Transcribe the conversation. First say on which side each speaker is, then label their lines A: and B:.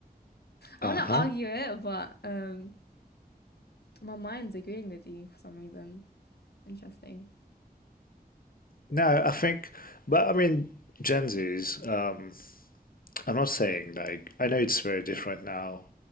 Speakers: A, on the left; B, on the left.
A: I
B: Uh-huh.
A: want to argue it, but um, my mind's agreeing with you for some reason. Interesting.
B: No, I think, but I mean, Gen Zs, um, I'm not saying like, I know it's very different now